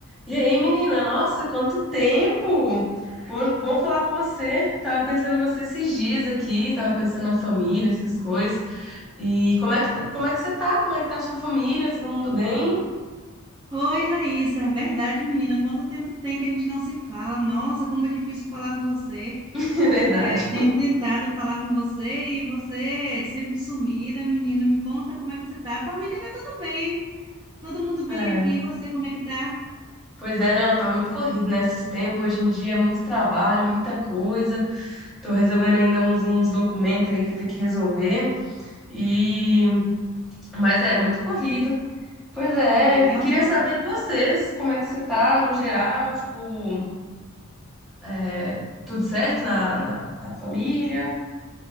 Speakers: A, in the centre; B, on the right.
A: E aí, menina? Nossa, quanto tempo! Bom, bom falar com você. Tava pensando em você esses dias aqui, tava pensando na família, essas coisas. E como é que, tá- como é que você tá? Como é que tá a sua família? Todo mundo bem?
B: Oi, Raíssa, é verdade, menina. Quanto tempo tem que a gente não se fala? Nossa, como é difícil falar com você.
A: <laughs> É verdade.
B: É, tenho tentado falar com você e você é sempre sumida, menina. Me conta como é que você tá. A família tá tudo bem, todo mundo bem
A: É.
B: aqui. E Você, como é que tá?
A: Pois é, não, tá muito corrido, né, esses tempos. Hoje em dia é muito trabalho, muita coisa. Tô resolvendo ainda uns, uns documentos aí que eu tenho que resolver. E... Mas é, muito corrido. Pois é,
B: É, realmente,
A: eu queria saber de vocês, como é que você tá no geral, tipo... É, tudo certo na, na, na família?